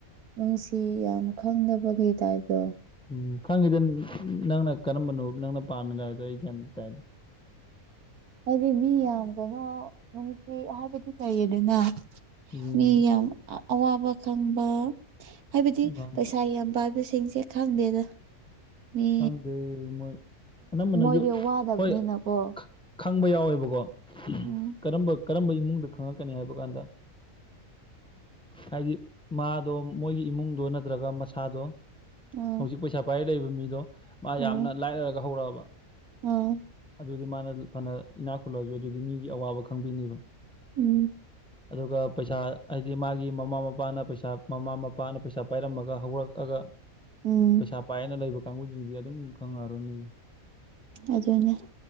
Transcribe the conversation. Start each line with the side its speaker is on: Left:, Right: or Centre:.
Right: ꯅꯨꯡꯁꯤ ꯌꯥꯝ ꯈꯪꯗꯕꯒꯤ ꯇꯥꯏꯞꯇꯣ
Centre: ꯎꯝ ꯈꯪꯉꯤꯗ ꯅꯪꯅ ꯀꯔꯝꯕꯅꯣ ꯅꯪꯅ ꯄꯥꯝꯃꯤꯅꯣ ꯍꯥꯏꯗꯣ ꯑꯩ ꯒꯌꯥꯟ ꯇꯥꯏ
Right: ꯍꯥꯏꯗꯤ ꯃꯤ ꯌꯥꯝ ꯀꯩꯅꯣ ꯅꯨꯡꯁꯤ ꯍꯥꯏꯕꯗꯤ ꯂꯩꯌꯦꯗꯅ
Centre: ꯎꯝ
Right: ꯃꯤ ꯌꯥꯝ ꯑꯋꯥꯕ ꯈꯪꯕ ꯍꯥꯏꯕꯗꯤ
Centre: ꯅꯍꯥꯟ
Right: ꯄꯩꯁꯥ ꯌꯥꯝ ꯄꯥꯏꯕꯁꯤꯡꯁꯦ ꯈꯪꯗꯦꯗ ꯃꯤ
Centre: ꯈꯪꯗꯦ ꯃꯣꯏ ꯑꯅꯝꯕꯅꯁꯨ
Right: ꯃꯣꯏꯗꯤ ꯋꯥꯗꯕꯅꯤꯅꯀꯣ
Centre: ꯍꯣꯏ ꯈ- ꯈꯪꯕ ꯌꯥꯎꯋꯦꯕꯀꯣ
Right: ꯎꯝ
Centre: ꯀꯔꯝꯕ ꯀꯔꯝꯕ ꯏꯃꯨꯡꯗ ꯈꯪꯉꯛꯀꯅꯤ ꯍꯥꯏꯕ ꯀꯥꯟꯗ ꯍꯥꯏꯗꯤ ꯃꯥꯗꯣ ꯃꯣꯏꯒꯤ ꯏꯃꯨꯡꯗꯣ ꯅꯠꯇ꯭ꯔꯒ ꯃꯁꯥꯗꯣ
Right: ꯎꯝ
Centre: ꯍꯧꯖꯤꯛ ꯄꯩꯁꯥ ꯄꯥꯏꯔ ꯂꯩꯕ ꯃꯤꯗꯣ ꯃꯥ
Right: ꯎꯝ
Centre: ꯌꯥꯝꯅ ꯂꯥꯏꯔꯔꯥꯒ ꯍꯧꯔꯛꯑꯕ
Right: ꯎꯝ
Centre: ꯑꯗꯨꯗꯤ ꯃꯥꯅ ꯐꯅ ꯏꯅꯥꯛ ꯈꯨꯜꯂꯁꯨ ꯑꯗꯨꯗꯤ ꯃꯤꯒꯤ ꯑꯋꯥꯕ ꯈꯪꯗꯣꯏꯅꯦꯕ
Right: ꯎꯝ
Centre: ꯑꯗꯨꯒ ꯄꯩꯁꯥ ꯍꯥꯏꯗꯤ ꯃꯥꯒꯤ ꯃꯃꯥ ꯃꯄꯥꯅ ꯄꯩꯁꯥ ꯃꯃꯥ ꯃꯄꯥꯅ ꯄꯩꯁꯥ ꯄꯥꯏꯔꯝꯃꯒ ꯍꯧꯔꯛꯑꯒ
Right: ꯎꯝ
Centre: ꯄꯩꯁꯥ ꯄꯥꯏꯅ ꯂꯩꯕ ꯀꯥꯡꯕꯨꯁꯤꯗꯤ ꯑꯗꯨꯝ ꯈꯪꯉꯔꯣꯏ ꯃꯤꯒꯤ
Right: ꯑꯗꯨꯅꯦ